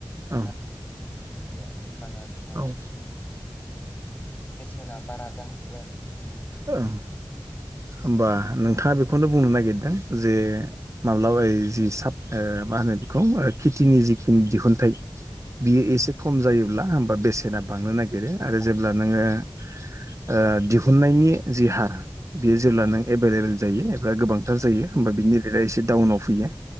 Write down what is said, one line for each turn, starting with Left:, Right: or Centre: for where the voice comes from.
Right: ओं
Left: मानसि जोंनि खेथिया होमबाना जोंहा
Right: औ
Left: बेसेना बारा जाहैयो आरो बे समाव।
Right: ओं।
Left: <inaudible>
Right: होमबा नोंथाङा बेखौनो बुंनो नागिरदों जे माब्लाबा जि साब ओ मा होनो बेखौ खेथिनि जिखिनि दिहुनथाइ बियो एसे खम जायोब्ला होमबा बेसेना बांनो नागिरो आरो
Left: बांनानै
Right: जेब्ला नोङो ओ दिहुननायनि जि हार बियो जेब्ला
Left: औ
Right: नों एभेल एभेल जायो एबा गोबां थार
Left: औ
Right: जायो होमबा बिनि रेटआ एसे डाउनाव फैयो